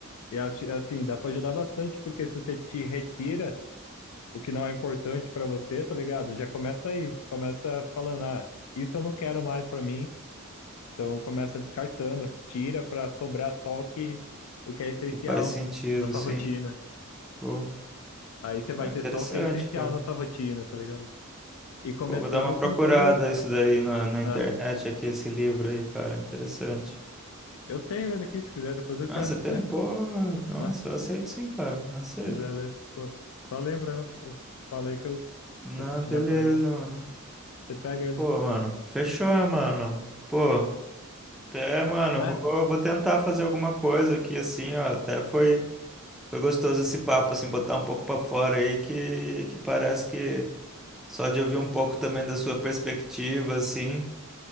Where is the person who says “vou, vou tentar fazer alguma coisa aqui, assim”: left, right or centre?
Centre